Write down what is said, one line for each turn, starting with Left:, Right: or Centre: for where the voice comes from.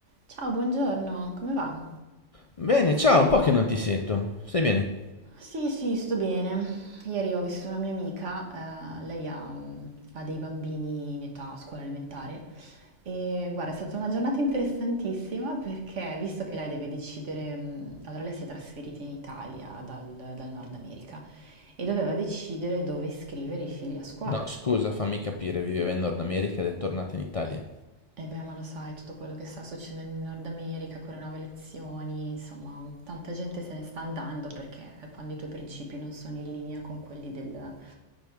Right: Ciao, buongiorno, come va?
Left: Bene, ciao, un po' che non ti sento. Stai bene?
Right: Sì, sì, sto bene. Ieri ho visto una mia amica, eh, lei ha, mm, ha dei bambini in età scuola elementare e guarda, è stata una giornata interessantissima perché visto che lei deve decidere, mm, allora lei si è trasferita in Italia dal, dal Nord America e doveva decidere dove iscrivere i figli a scuola.
Left: No, scusa, fammi capire, viveva in Nord America ed è tornata in Italia.
Right: E beh, ma lo sai, tutto quello che sta succedendo in Nord America, quelle nuove elezioni, insomma, tanta gente se ne sta andando perché quando i tuoi principi non sono in linea con quelli del